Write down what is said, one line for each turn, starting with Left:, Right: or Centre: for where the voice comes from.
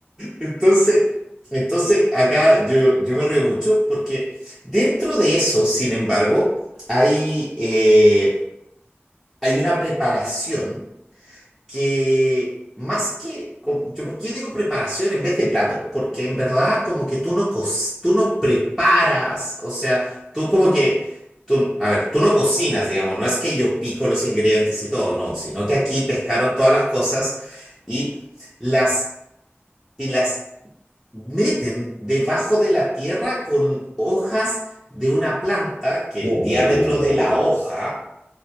Centre: entonces, entonces acá yo, yo me río mucho porque dentro de eso, sin embargo, hay, eh, hay una preparación que más que, co- yo, ¿por qué digo preparación en vez de plato? Porque en verdad como que tú no, co- tú no preparas, o sea, tú como que, tú, a ver, tú no cocinas, digamos, no es que yo pico los ingredientes y todo, no, sino que aquí pescaron todas las cosas y las, y las meten debajo de la tierra con hojas de una planta que
Right: Wow,
Centre: el diámetro
Right: wow, wow,
Centre: de
Right: wow,
Centre: la
Right: wow.
Centre: hoja
Right: O